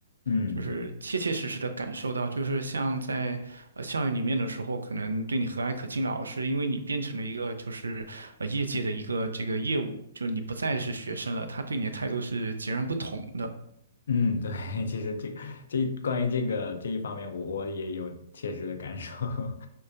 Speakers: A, on the left; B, on the right.
A: 嗯，
B: 就是切切实实的感受到，
A: 对。
B: 就是像在呃校园里面的时候，可能对你和蔼可亲的老师，因为你变成了一个就是呃业界的一个这个业务，就是你不再是学生了，他对你的态度是截然不同的。
A: 嗯，对，<laughs> 其实这个这关于这个这一方面我，我也有切实的感受。<laughs>